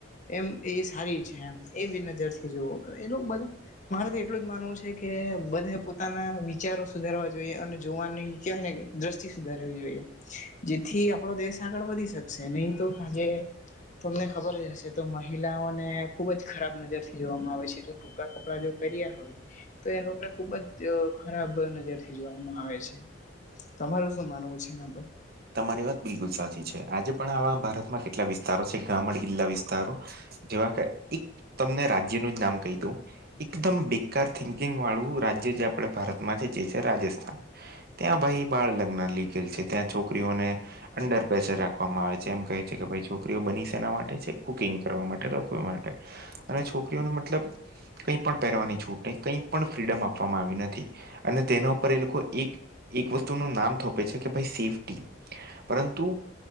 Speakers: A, on the left (about 40°); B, on the right (about 50°).
A: એમ એ સારી છે, એમ એવી નજરથી જોવ એ લો બધા મારે તો એટલું જ માનવું છે, કે બધા પોતાના વિચારો સુધારવા જોઈએ અને જોવાની કહેવાય ને કે દ્રષ્ટિ સુધારવી જોઈએ જેથી આપણો દેશ આગળ વધી શકશે નહી તો આજે તમને ખબર જ હશે તો મહિલાઓને ખુબ જ ખરાબ નજરથી જોવામાં આવે છે. ટૂકા કપડાં જો પહેર્યા હોય તો એ લોકને ખુબ જ અ ખરાબ નજર થી જોવામાં આવે છે, તમારું શું માનવું છે, એના પર?
B: તમારી વાત બિલકુલ સાચી છે, આજે પણ આવા ભારતમાં કેટલા વિસ્તારો છે, ગામડ ગીલ્લા વિસ્તારો જેવા કે એક તમને રાજ્યનું જ નામ કહી દવ એકદમ બેકાર થિંકિંગ વાળું રાજ્ય જે આપડ ભારતમાં છે, જે છે, રાજસ્થાન ત્યાં ભાઈ બાળ લગ્ન લીગેલ છે, ત્યાં છોકરીઓને અંડર પ્રેશર રાખવામાં આવે છે, એમ કહે છે, કે ભાઈ છોકરીઓ બની શેના માટે છે, કુકિંગ કરવા માટે રસોઈ માટે અને છોકરીઓને મતલબ કંઈ પણ પહેરવાની છૂટ કઈ પણ ફ્રીડમ આપવામાં આવી નથી અને તેના ઉપર એ લોકો એક એક વસ્તુનું નામ થોપે છે, કે ભાઈ સેફ્ટી પરંતુ